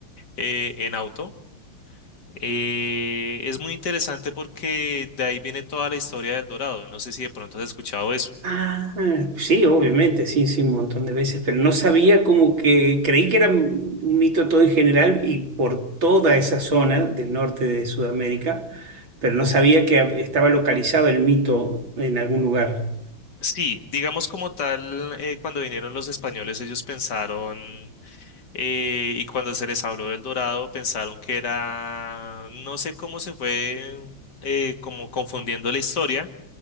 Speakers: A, on the left; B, on the right.
A: eh, en auto. Eh, es muy interesante porque de ahí viene toda la historia del Dorado. No sé si de pronto has escuchado eso.
B: Ah, pues sí, obviamente, sí, sí, un montón de veces, pero no sabía como que creí que era un mito todo en general y por toda esa zona del norte de Sudamérica, pero no sabía que hab- estaba localizado el mito en algún lugar.
A: Sí, digamos como tal, eh, cuando vinieron los españoles, ellos pensaron, eh, y cuando se les habló del Dorado, pensaron que era, no sé cómo se fue, eh, como confundiendo la historia,